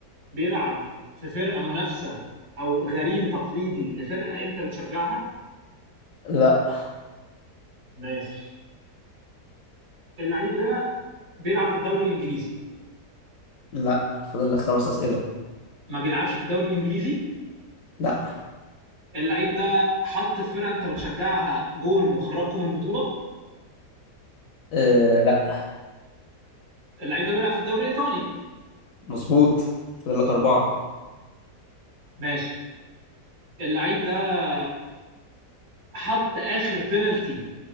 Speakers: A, on the right (about 55°); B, on the left (about 70°).
A: بيلعب في فرقة منافسة او غريم تقليدي لفرقة انت بتشجعها
B: لا
A: ماشي اللعيب ده بيلعب في الدوري الانجليزي
B: لا فاضل لك خمس اسئله
A: ما بيلعبش في الدوري الانجليزي
B: لا
A: اللعيب ده حط في فرقه انت بتشجعها جون وخرجكم من البطوله
B: آه لا
A: اللعيب ده بيلعب في الدوري الايطالي
B: مظبوط فاضل لك اربعه
A: ماشي اللعيب ده حط اخر بينالتي